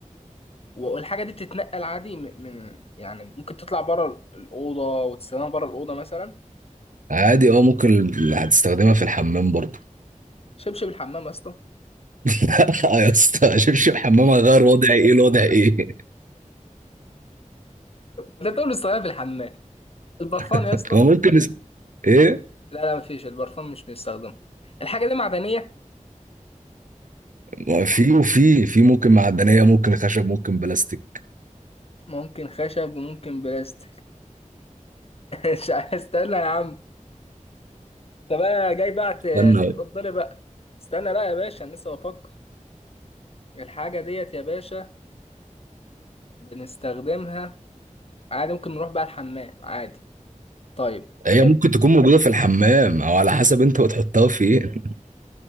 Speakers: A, on the left; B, on the right.
A: والحاجه دي بتتنقل عادي من من- يعني ممكن تطلع بره الاوضه وتستخدمها بره الاوضه مثلا
B: عادي اه ممكن ال- هتستخدمها في الحمام برضو
A: شبشب الحمام يا اسطى
B: <laughs> لا يا اسطى شبشب حمام هيغير وضعي ايه الوضع ايه
A: ده تقول لي استخدمها في الحمام البرفان
B: <laughs>
A: يا اسطى
B: ما ممكن اس- ايه
A: لا لا مفيش البرفان مش بيستخدمه الحاجة دي معدنية
B: ما في وفي في ممكن معدنيه ممكن خشب ممكن بلاستيك
A: ممكن خشب وممكن بلاستيك <laughs> مش عايز- استنى يا عم انت بقى جاي بقى ت-
B: استنى
A: ترد لي بقى استنى بقى يا باشا انا لسه بفكر الحاجة ديت يا باشا بنستخدمها عادي ممكن نروح بقى الحمام عادي طيب
B: هي
A: هي
B: ممكن تكون موجوده في الحمام او على حسب انت بتحطها في ايه